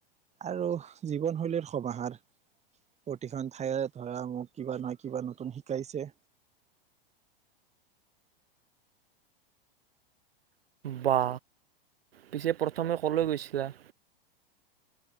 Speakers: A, on the right; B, on the right.
A: আৰু জীৱনশৈলীৰ সমাহাৰ, প্ৰতিখন ঠাইত ধৰা মোক কিবা নহয় কিবা নতুন শিকাইছে।
B: বা পিছে প্ৰথমে ক'লৈ গৈছিলা?